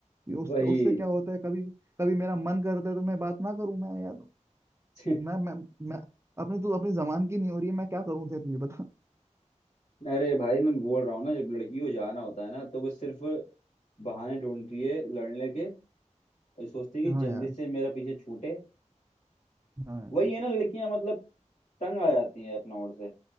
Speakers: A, on the right; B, on the left.
A: ये उसका
B: वही
A: उससे क्या होता है कभी कभी मेरा मन करता है तो मैं बात ना करूं मैं यार
B: <laughs>
A: मैं मैं मैं अपने तो अपनी जबान की नहीं हो रही है मैं क्या करूं तेरे लिए बता
B: अरे भाई मैं बोल रहा हूँ ना जब लड़की को जाना होता है ना तो वो सिर्फ बहाने ढूंढती है लड़ने के और सोचती है
A: हाँ
B: कि जल्दी
A: यार
B: से मेरा पीछे छूटे
A: हाँ
B: वही
A: यार
B: है ना लड़कियां मतलब तंग आ जाती हैं अपना ओर से